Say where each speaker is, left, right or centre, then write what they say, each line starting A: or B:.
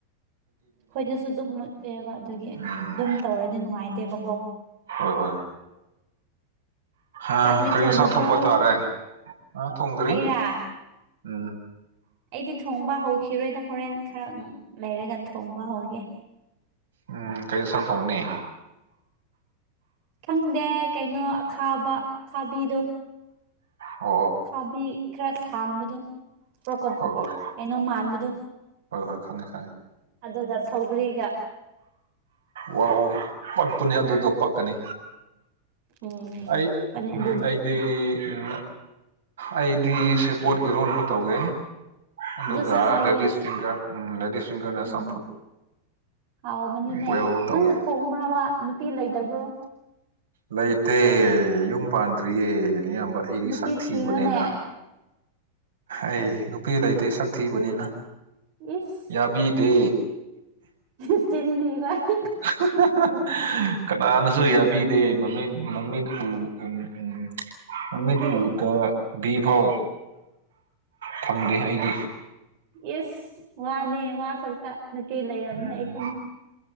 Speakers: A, on the right; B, on the right.
A: ꯑꯩꯈꯣꯏꯗꯁꯨ ꯑꯗꯨꯝ ꯃꯨꯠꯂꯦꯕ ꯑꯗꯨꯒꯤ
B: ꯎꯝ
A: ꯑꯗꯨꯝ ꯇꯧꯔꯗꯤ ꯅꯨꯡꯉꯥꯏꯇꯦꯕꯀꯣ
B: ꯍꯣꯏ ꯍꯣꯏ ꯑ
A: ꯆꯥꯛꯗꯤ
B: ꯀꯔꯤꯁꯥ
A: ꯊꯣꯡꯉꯕ꯭ꯔꯣ
B: ꯊꯣꯡꯕ ꯇꯥꯔꯦ ꯑ ꯊꯣꯡꯗ꯭ꯔꯤ
A: ꯑꯩꯔꯥ
B: ꯎꯝ
A: ꯑꯩꯗꯤ ꯊꯣꯡꯕ ꯍꯧꯈꯤꯔꯣꯏꯗ ꯍꯣꯔꯦꯟ ꯈꯔ ꯂꯩꯔꯒ ꯊꯣꯡꯕ ꯍꯧꯒꯦ
B: ꯎꯝ ꯀꯩ ꯏꯟꯁꯥꯡ ꯊꯣꯡꯅꯤ
A: ꯈꯪꯗꯦ ꯀꯩꯅꯣ ꯑꯈꯥꯕ ꯑꯈꯥꯕꯤꯗꯣ
B: ꯑꯣ
A: ꯈꯥꯕꯤ ꯈꯔ ꯁꯥꯡꯕꯗꯣ ꯄ꯭ꯔꯣꯀꯣꯠ
B: ꯍꯣꯏ ꯍꯣꯏ
A: ꯀꯩꯅꯣ ꯃꯥꯟꯕꯗꯣ
B: ꯍꯣꯏ ꯍꯣꯏ ꯈꯪꯉꯦ ꯈꯪꯉꯦ
A: ꯑꯗꯨꯒ ꯁꯧꯒ꯭ꯔꯤꯒ
B: ꯋꯥꯎ ꯄꯛꯄꯅꯤ ꯑꯗꯨꯗꯣ ꯄꯛꯀꯅꯤ
A: ꯎꯝ
B: ꯑꯩ
A: ꯄꯅꯦ
B: ꯎꯝ
A: ꯑꯗꯨꯒꯤ
B: ꯑꯩꯗꯤ ꯗꯤ ꯎꯝ ꯑꯩꯗꯤ ꯁꯦꯕꯣꯠ ꯏꯔꯣꯟꯕ ꯇꯧꯒꯦ ꯑꯗꯨꯒ
A: ꯑꯗꯨꯁꯨ ꯍꯥꯎꯋꯦ
B: ꯂꯦꯗꯤꯁ ꯐꯤꯡꯒꯔ ꯎꯝ ꯂꯦꯗꯤꯁ ꯐꯤꯡꯒꯔꯅ
A: ꯎꯝ
B: ꯆꯝꯐꯨꯠ
A: ꯍꯥꯎꯕꯅꯤꯅꯦ
B: ꯕꯣꯏꯜ ꯇꯧꯋꯦ
A: ꯅꯪꯅ ꯊꯣꯡꯕ꯭ꯔꯥꯕ ꯅꯨꯄꯤ ꯂꯩꯇꯕ꯭ꯔꯣ
B: ꯂꯩꯇꯦ ꯌꯨꯝ ꯄꯥꯟꯗ꯭ꯔꯤꯌꯦ ꯅꯌꯥꯝꯕ ꯑꯩꯗꯤ
A: ꯅꯨꯄꯤ
B: ꯁꯛꯊꯤꯕꯅꯦꯅ
A: ꯊꯤꯔꯣꯅꯦ
B: ꯍꯩ ꯅꯨꯄꯤ ꯂꯩꯇꯦ ꯁꯛ ꯊꯤꯕꯅꯤꯅ
A: ꯏꯁ
B: ꯌꯥꯕꯤꯗꯦ
A: <unintelligible> ꯆꯤꯟꯊꯤꯕ <unintelligible>
B: <unintelligible> ꯀꯅꯥꯅꯁꯨ ꯌꯥꯕꯤꯗꯦ ꯃꯃꯤꯠ ꯃꯃꯤꯠ ꯎ ꯎꯝ ꯎꯝ
A: <unintelligible>
B: ꯃꯥꯃꯤꯠ
A: ꯅꯨꯄꯤ
B: ꯎꯗꯥꯕꯤ
A: ꯑꯗꯨꯝ
B: ꯐꯥꯎ ꯐꯪꯗꯦ ꯑꯩꯗꯤ
A: ꯏꯁ ꯋꯥꯅꯦ ꯋꯥ ꯈꯛꯇ ꯅꯨꯄꯤ ꯂꯩꯔꯕꯝꯅꯦ
B: ꯎꯝ
A: ꯑꯩ ꯈꯪꯉꯦ